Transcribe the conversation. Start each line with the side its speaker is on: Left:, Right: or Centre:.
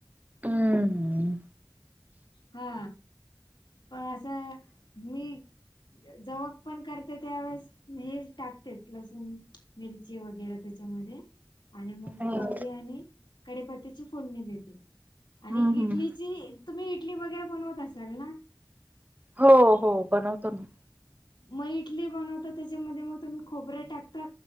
Right: हम्म
Left: हा पण असं मी जवक पण करते त्यावेेळेस हे टाकतेच लसूण मिरची वगैरे त्याच्यामध्ये आणि मग
Right: हम्म
Left: मोहरी आणि कडेपत्ती्याची फोडणी देते आणि
Right: हम्म
Left: इटलीची तुम्ही इटली वगैरे बनवत असाल ना
Right: हो हो बनवतो मी
Left: मग इटली बनवता त्याच्यामध्ये मग तुम्ही खोबऱ्या टाकता